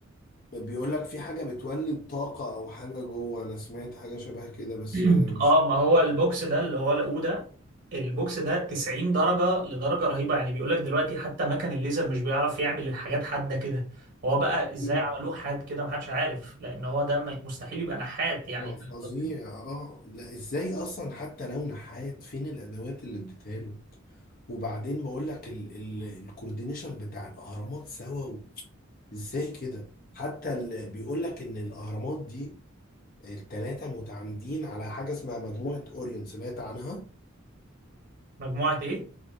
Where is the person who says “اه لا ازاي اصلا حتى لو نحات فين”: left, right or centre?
Left